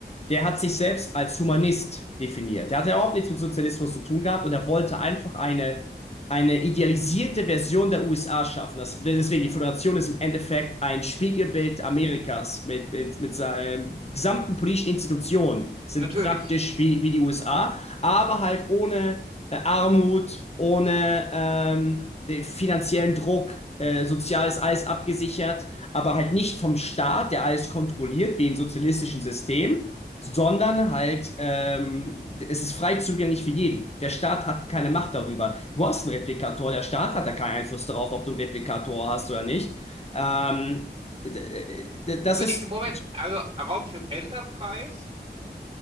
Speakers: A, on the left (about 35°); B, on the right (about 30°).
A: der hat sich selbst als Humanist definiert. Der hat ja überhaupt nichts mit Sozialismus zu tun gehabt und er wollte einfach eine eine idealisierte Version der USA schaffen. Das, deswegen, die Föderation ist im Endeffekt ein Spiegelbild Amerikas mit, mit, mit seinen gesamten politischen Institutionen, sind
B: Natürlich.
A: praktisch wie, wie die USA, aber halt ohne äh, Armut, ohne ähm, den finanziellen Druck, äh, sozial ist alles abgesichert, aber halt nicht vom Staat, der alles kontrolliert, wie in sozialistischen Systemen, sondern halt, ähm, es ist frei zugänglich für jeden. Der Staat hat keine Macht darüber. Du hast einen Replikator, der Staat hat da keinen Einfluss darauf, ob du einen Replikator hast oder nicht. Ähm, d- d-
B: Also
A: das ist.
B: ich, Moment, also Raumschiff Enterprise,